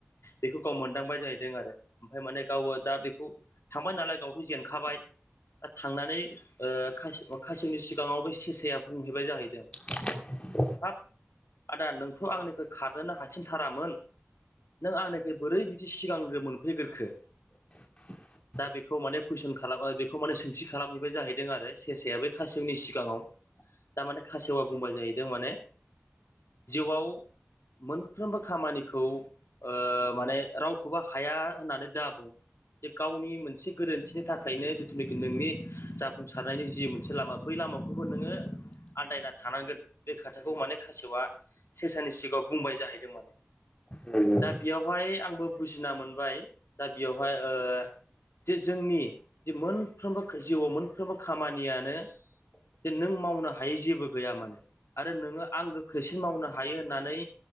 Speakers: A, on the left (about 85°); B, on the left (about 25°).
A: बेखौ गाव मोनदांबाय जाहैदों आरो ओमफाय माने गावो दा बेखौ थांबाय नालाय गावथ' जेनखाबाय दा थांनानै ओ खासेवनि सिगाङावबो सेसाया बुंहैबाय जाहैदों
B: <unintelligible>
A: हाब आदा नोंथ' आंनिखौ खारनोनो हासिनथारामोन नों आंनिखै बोरै बिदि सिगांग्रो मोनफैग्रोखो
B: <unintelligible>
A: दा बेखौ माने कुइसन खालामबाय बेखौ माने सोंथि खालामहैबाय जाहैदों आरो सेसाया बै खासेवनि सिगाङाव दा माने खासेवा बुंबाय जाहैदों माने जिउआव मोनफ्रोमबो खामानिखौ ओ माने रावखौबो हाया होननानै दा बुं, जे गावनि मोनसे गोरोन्थिनि थाखायनो जिथुनिखि नोंनि जाफुंसारनायनि जि मोनसे लामा बै लामा लामाखौबो नोङो आन्दायना थानांगोन, ! बे खोथाखौ माने खासेबआ सेसानि सिगाङाव बुंबाय जाहैदों माने, !
B: ओं ओं
A: दा बियावहाय आंबो बुजिना मोनबाय दा बियावहाय ओ जे जोंनि जे मोनफ्रोमबो जिउआव मोनफ्रोमबो खामानियानो जे नों मावनो हायै जेबो गैया माने आरो नोङो आं गोख्रैसिन मावनो हायो होननानै